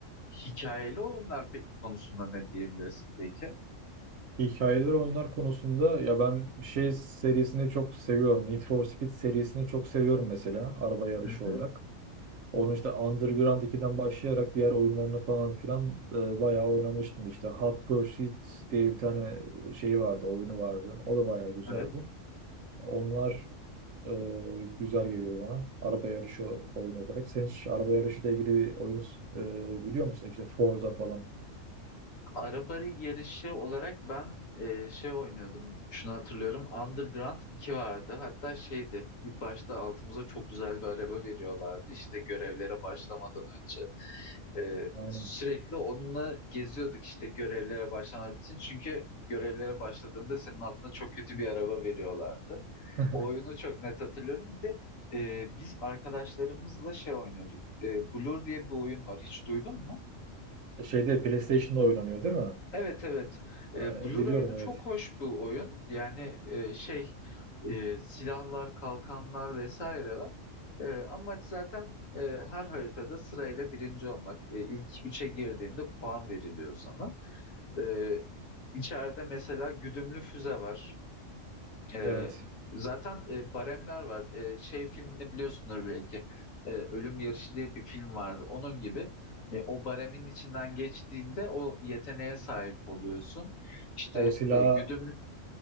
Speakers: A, on the left (about 80°); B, on the right (about 80°).
A: hikayeli oyunlar peki konusunda ne diyebilirsin peki?
B: hikayeler oyunlar konusunda ya ben şey serisini çok seviyorum. Need for Speed serisini çok seviyorum mesela araba yarışı
A: Hı hı.
B: olarak. Onu işte Underground ikiden başlayarak diğer oyunlarını falan filan e, bayağı oynamıştım işte. Hot Pursuit diye bir tane şeyi vardı, oyunu vardı. O da bayağı güzeldi.
A: Evet.
B: Onlar e, güzel geliyor bana. Araba yarışı oyunu olarak. Sen hiç araba yarışıyla ilgili bir oyun e, biliyor musun? İşte Forza falan.
A: Araba yarışı olarak ben e, şey oynuyordum. Şunu hatırlıyorum. Underground iki vardı. Hatta şeydi. İlk başta altımıza çok güzel bir araba veriyorlardı. İşte görevlere başlamadan önce. E,
B: Aynen.
A: sürekli onunla geziyorduk işte görevlere başlamak için. Çünkü görevlere başladığında senin altına çok kötü bir araba veriyorlardı.
B: <laughs>
A: O oyunu çok net hatırlıyorum. Bir de e, biz arkadaşlarımızla şey oynuyorduk. E, Blur diye bir oyun var. Hiç duydun mu?
B: Şeyde PlayStation'da oynanıyor değil mi?
A: Evet evet. E,
B: E,
A: Blur
B: biliyorum
A: oyunu çok
B: evet.
A: hoş bir oyun. Yani e, şey e, silahlar, kalkanlar vesaire var. E, amaç zaten e, her haritada sırayla birinci olmak. E, ilk üçe girdiğinde puan veriliyor sana. E, içeride mesela güdümlü füze var. Ee,
B: Evet.
A: zaten e, baremler var. Ee, şey filmini biliyorsunuz belki. Ee, Ölüm Yarışı diye bir film vardı. Onun gibi e, o baremin içinden geçtiğinde o yeteneğe sahip oluyorsun. İşte
B: O silah
A: e, güdüm,